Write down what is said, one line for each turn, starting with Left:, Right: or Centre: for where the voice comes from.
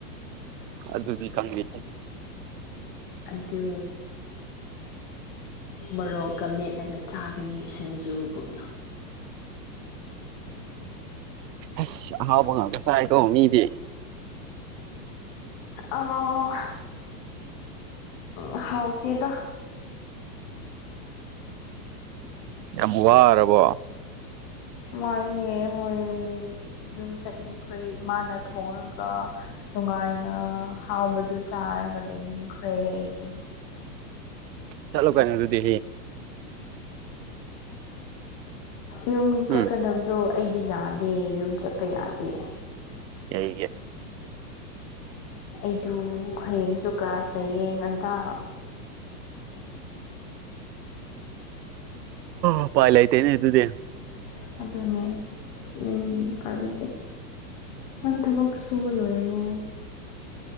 Right: ꯑꯗꯨꯗꯤ ꯈꯪꯗꯦ
Left: ꯑꯗꯨ ꯃꯣꯔꯣꯛꯀ ꯃꯦꯠꯂꯒ ꯆꯥꯕꯒꯤ ꯁꯤꯡꯖꯨꯒꯨꯝ
Right: ꯑꯁ ꯑꯍꯥꯎꯕ ꯉꯥꯛꯇ ꯆꯥꯏꯀꯣ ꯃꯤꯗꯤ
Left: ꯑꯣ ꯍꯥꯎꯇꯦꯗꯥ
Right: ꯌꯥꯝ ꯋꯥꯔꯕꯣ
Left: ꯋꯥꯢꯍꯦ ꯍꯣꯏ ꯌꯨꯝ ꯆꯠꯅꯤꯡꯈ꯭ꯔꯦ ꯏꯃꯥꯅ ꯊꯣꯡꯉꯒ ꯅꯨꯡꯉꯥꯏꯅ ꯍꯥꯎꯕꯗꯨ ꯆꯥꯔꯒ ꯂꯩꯅꯤꯡꯈ꯭ꯔꯦ ꯑꯩꯗꯤ
Right: ꯎ ꯆꯠꯂꯣ ꯀꯩꯅꯣ ꯑꯗꯨꯨꯗꯤ
Left: ꯌꯨꯝ ꯆꯠꯀꯥꯗꯕꯗꯣ
Right: ꯎꯝ
Left: ꯑꯩꯗꯤ ꯌꯥꯗꯦ ꯌꯨꯝ ꯆꯠꯄ ꯌꯥꯗꯦ
Right: ꯑꯩꯒꯤ
Left: ꯑꯩꯗꯨ ꯍꯌꯦꯡꯁꯨ ꯀ꯭ꯂꯥꯁ ꯂꯩꯌꯦ ꯉꯟꯇ
Right: ꯎꯄꯥꯏꯂꯇꯦꯅꯦ ꯑꯗꯨꯨꯗ
Left: ꯑꯗꯨꯅꯦ ꯎꯝ ꯐꯥꯅꯤ ꯅꯪ ꯊꯕꯛ ꯁꯨꯕ ꯂꯣꯏꯔꯥꯕꯣ